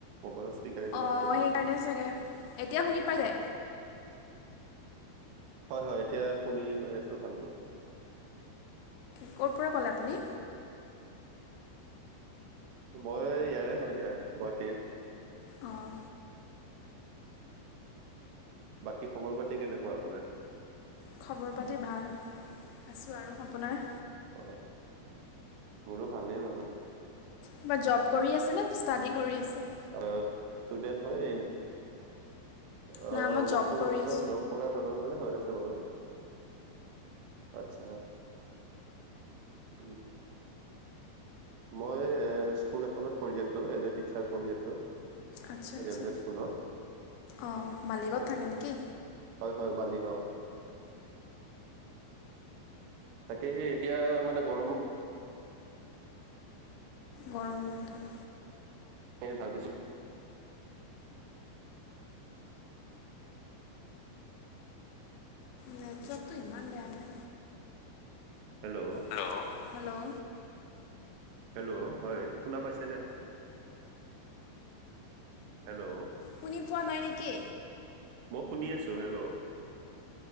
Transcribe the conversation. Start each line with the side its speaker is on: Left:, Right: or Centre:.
Right: মবাইলৰ স্পিকাৰএদি
Left: অঁ
Right: কথা পাতি
Left: সেইকাৰণে
Right: আছোঁ।
Left: চাগে, এতিয়া শুনি পাইছে?
Right: হয়, হয় এতিয়া শুনি পাই আছো ভালকৈ।
Left: ক'ৰ পৰা ক'লে আপুনি?
Right: মই ইয়াৰে হয় দিয়া গুৱাহাটীৰ।
Left: অঁ,
Right: বাকী খবৰ পাতি কেনেকুৱা আপোনাৰ?
Left: খবৰ পাতি ভাল আছোঁ আৰু আপোনাৰ?
Right: অ', মোৰো ভালেই বাৰু।
Left: কিবা জব কৰি আছেনে ষ্টাডি কৰি আছে?
Right: অ', ষ্টুডেন্ট হয় এনে, অ',
Left: না মই
Right: মইতো
Left: জব কৰি
Right: বৰ্তমান
Left: আছোঁ।
Right: জব কৰা ধৰণনে হৈ আছে বাৰু আটচ্ছা। উম। মই স্কুল এখনত কৰি আছো এজ এ টিচাৰ কৰি আছো।
Left: আচ্ছা-আচ্ছা
Right: ৰেলৱে স্কুলত।
Left: অ', মালিগাঁৱত
Right: হয়
Left: থাকে নেকি?
Right: হয়, হয় মালিগাঁও। তাকে সে এতিয়া মানে গৰম
Left: গৰম বন্ধ।
Right: ভাবিছো
Left: নেটৱৰ্ক টো ইমান বেয়া নে?
Right: হেল্ল'?
Left: হেল্ল'। হেল্ল'?
Right: হেল্ল' হয় শুনা পাইছে ন <inaudible> হেল্ল'
Left: শুনি পোৱা নাই নেকি
Right: মই শুনি আছো হেল্ল'